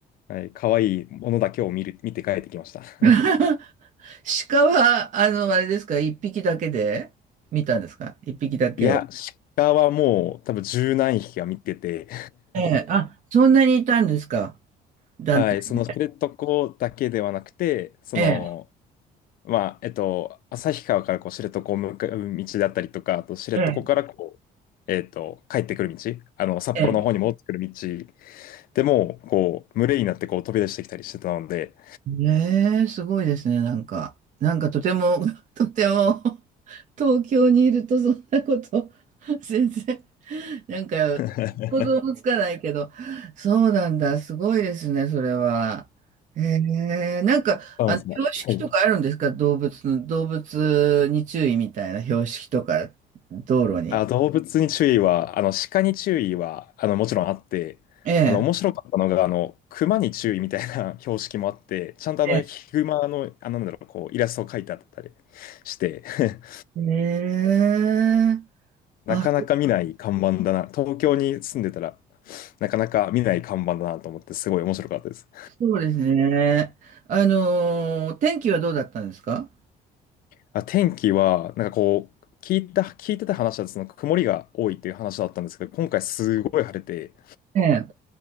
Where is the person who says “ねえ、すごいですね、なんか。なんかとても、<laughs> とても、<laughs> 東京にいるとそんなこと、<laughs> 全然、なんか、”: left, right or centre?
Right